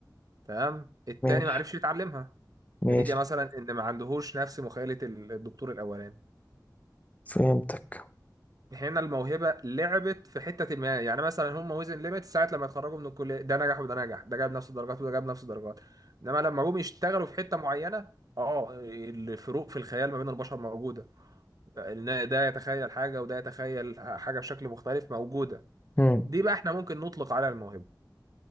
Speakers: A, on the right; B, on the left.
A: تمام التاني
B: ماشي
A: معرفش يتعلمها
B: ماشي
A: نتيجة مثلا ان ما عندهوش نفس مخيلة الدكتور الاولاني
B: فهمتك
A: هنا الموهبة لعبت في حتة ما يعني مثلا هم وزن ليميت ساعة لما يتخرجوا من الكلية ده نجح وده نجح ده جاب نفس الدرجات وده جاب نفس الدرجات انما لما جم يشتغلوا في حتة معينة اه الفروق في الخيال ما بين البشر موجودة إن ده يتخيل حاجة وده يتخيل حاجة بشكل مختلف موجودة
B: مم.
A: دي بقى احنا ممكن نطلق عليها الموهبة